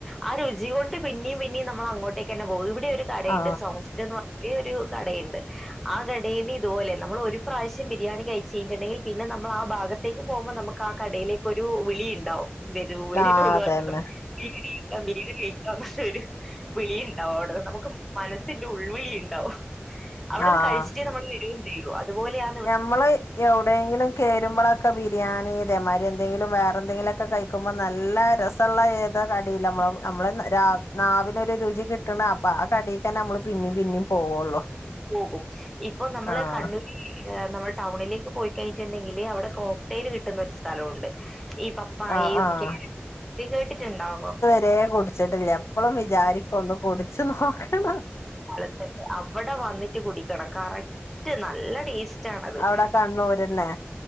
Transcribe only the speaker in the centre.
ആ രുചി കൊണ്ട് പിന്നെയും പിന്നെയും നമ്മൾ അങ്ങോട്ടേക്ക് തന്നെ പോകും ഇവിടേം ഒരു കടയുണ്ട്
സോഫ് റ്റ് ന്ന് പറഞ്ഞിട്ട് ഒരു കടേണ്ട് ആ കടയിൽ ഇതുപോലെ നമ്മൾ ഒരു പ്രാശ്യം ബിരിയാണി കയിച്ചു കയിഞ്ഞിട്ടുണ്ടെങ്കിൽ പിന്നെ നമ്മളാ ഭാഗത്തേക്ക് പോകുമ്പോ നമുക്ക് കടേലേക് ക്കൊരു വിളി ഇണ്ടാവും വരൂ വരൂ
ന്ന്
പറഞ്ഞിട്ട് <unintelligible> വിളീണ്ടാവും അവിടന്ന് നമുക്ക് മനസ്സിന്റെ ഉൾവിളി ഇണ്ടാവും അവിടുന്ന്
കഴിച്ചിട്ടേ നമ്മള് വരൂം ചെയ്യുള്ളൂ അതുപോലെയാ
പോകും ഇപ്പൊ നമ്മള്
കണ്ണൂർ നമ്മൾ ടൗണിലേക്ക് പോയി കഴിഞ്ഞിട്ടുണ്ടെങ്കില് അവിടെ കോക്ടെയ്ൽ കിട്ടുന്ന ഒരു സ്ഥലമുണ്ട് ഈ പപ്പായയും
ക്യാരറ്റും കേട്ടിട്ടുണ്ടാവോ
സ്ഥലത്തുണ്ട് അവിടെ വന്നിട്ട് കുടിക്കണം കറക്റ്റ് നല്ല ടേസ് റ്റാണത്